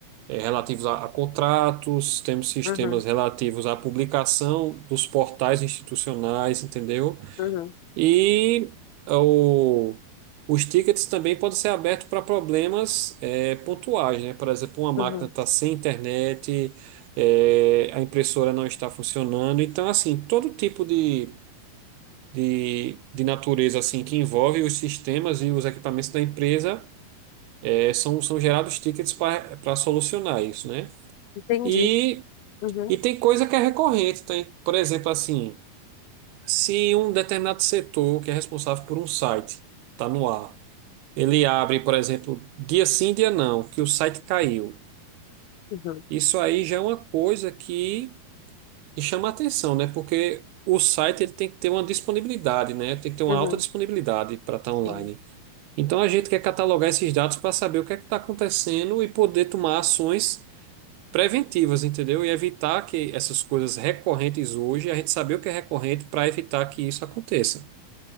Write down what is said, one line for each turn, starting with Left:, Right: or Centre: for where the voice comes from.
Right: é, relativos a, a contratos, temos sistemas
Left: Uhum,
Right: relativos à publicação dos portais institucionais, entendeu?
Left: uhum,
Right: E eh, o- os tickets também podem ser abertos para problemas eh, pontuais, né? Por exemplo, uma máquina
Left: uhum.
Right: está sem internet, eh, a impressora não está funcionando. Então, assim, todo tipo de, de, de natureza assim que envolve os sistemas e os equipamentos da empresa eh, são, são gerados tickets para para solucionar isso, né?
Left: Entendi.
Right: E,
Left: Uhum,
Right: e tem coisa que é recorrente, tem, por exemplo, assim, se um determinado setor que é responsável por um site está no ar Ele abre, por exemplo, dia sim, dia não, que o site caiu.
Left: uhum,
Right: Isso aí já é uma coisa que, que chama atenção, né? Porque o site ele tem que ter uma disponibilidade, né? Tem que ter uma
Left: uhum.
Right: alta disponibilidade para estar online.
Left: Sim.
Right: Então a gente quer catalogar esses dados para saber o que é que está acontecendo e poder tomar ações preventivas, entendeu? E evitar que essas coisas recorrentes hoje, a gente saber o que é recorrente para evitar que isso aconteça.